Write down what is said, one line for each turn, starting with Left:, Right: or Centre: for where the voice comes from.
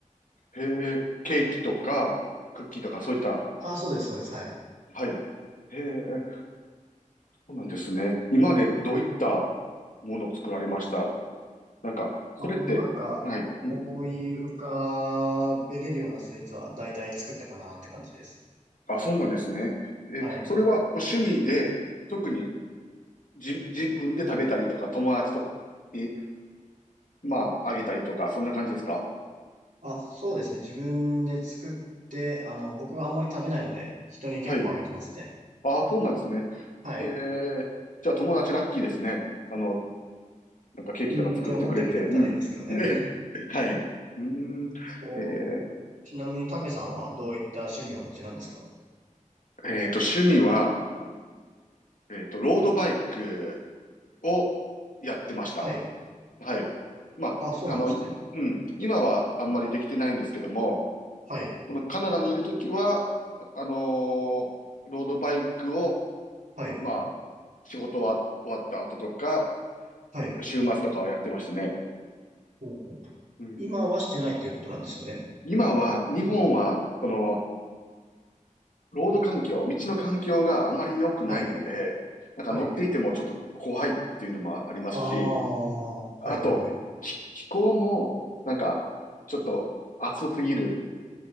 Left: へえ。ケーキとかクッキーとかそういった。
Right: あ、そうです、そうです。はい。
Left: はい。へえ。そうなんですね。今までどういったものを作られましたなんか、それって、
Right: あ、もうなんか、
Left: はい。うん。
Right: 思い浮かべれるようなスイーツは大体作ったかなって感じです。
Left: あ、そうなんですね。え、
Right: はい。
Left: それは趣味で、特にじ、自分で食べたりとか、友達とかに、まあ、あげたりとか、そんな感じですか
Right: あ、そうですね。自分で作って、あの、僕はあんまり食べないので、人に結構あげてますね。
Left: はい。ああ、そうなんですね。
Right: はい。
Left: へえ。じゃあ友達ラッキーですね。あの、なんかケーキとか作ってくれて。
Right: うんって思ってくれたらいいんですけどね。
Left: うん。ね。<laughs> はい。うーん。
Right: <laughs> こ
Left: えー
Right: ちなみに、たけさんはどういった趣味をお持ちなんですか
Left: えーと、趣味は、えっと、ロードバイクをやってました。
Right: はい。
Left: はい。まあ、
Right: あ、そうなんですね。
Left: あの、いうん。今はあんまりできてないんですけども、
Right: はい。
Left: そのカナダにいるときは、あのーロードバイクを、
Right: はい。
Left: まあ、仕事は終わった後とか、
Right: はい。
Left: 週末とかはやってましたね。
Right: ほうほう。
Left: うん。
Right: 今はしてないっていうことなんですよね。
Left: 今は、日本は、その、ロード環境、道の環境があまり良くないので、
Right: はい。
Left: なんか乗っていてもちょっと怖いっていうのもありますし、
Right: はい。ああ、はいはいはい。
Left: あと、気気候も、なんか、ちょっと暑すぎる